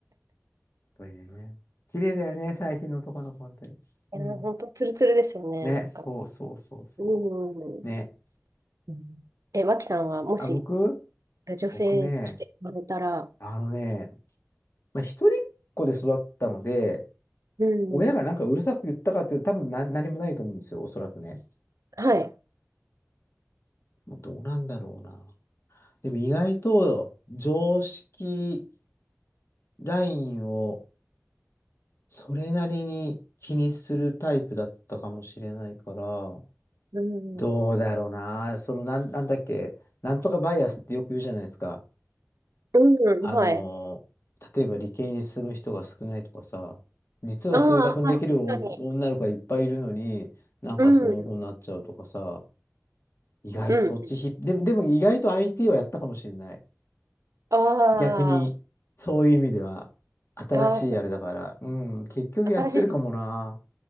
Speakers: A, on the left; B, on the right.
A: ぱね。綺麗だよね、最近の男の子、本当に。
B: やー、
A: うん。
B: ほんとツルツルですよね、
A: ね、
B: なんか。
A: そうそうそうそ
B: うん。
A: う。
B: う
A: ね。
B: んえ、脇さんはもし
A: あ、僕、
B: 女性として生まれたら、
A: 僕ね、あのね、まあ、一人っ子で育ったので、
B: うん。
A: 親がなんかうるさく言ったかっていうと多分な、何もないと思うんですよ、おそらくね。
B: はい。
A: もうどうなんだろうな。でも意外と常識ラインをそれなりに気にするタイプだったかもしれないから、
B: うん
A: どうだろうな。そのなん、なんだっけ、なんとかバイアスってよく言うじゃないですか。
B: うん、
A: あのー、
B: はい。
A: 例えば理系に進む人が少ないとかさ、実は数学にできるお女の子がいっぱいいるのに、
B: ああ、あ確かに。
A: なんかその方になっちゃうとかさ、
B: うん、
A: 意外とそっちひ、
B: うん。
A: でも、でも意外と IT はやったかもしれない。
B: あ
A: 逆に、そういう意味では、新しいあれだから、
B: あ、あ
A: うん、結局やってるかもな。
B: あ、新しいです。